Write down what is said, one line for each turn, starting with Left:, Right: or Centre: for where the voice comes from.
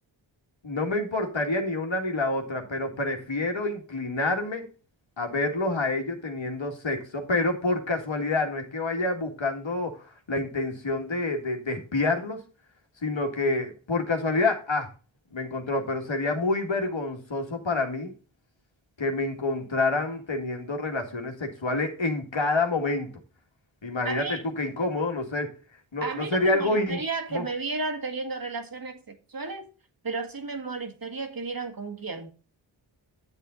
Left: no me importaría ni una ni la otra, pero prefiero inclinarme a verlos a ellos teniendo sexo, pero por casualidad, no es que vaya buscando la intención de, de, de espiarlos, sino que por casualidad, ah, me encontró, pero sería muy vergonzoso para mí que me encontraran teniendo relaciones sexuales en cada momento. Imagínate
Right: A mí
Left: tú qué incómodo, no ser, no,
Right: A
Left: no
Right: mí
Left: sería
Right: no me
Left: algo
Right: molestaría
Left: íntimo.
Right: que me vieran teniendo relaciones sexuales, pero sí me molestaría que vieran con quién,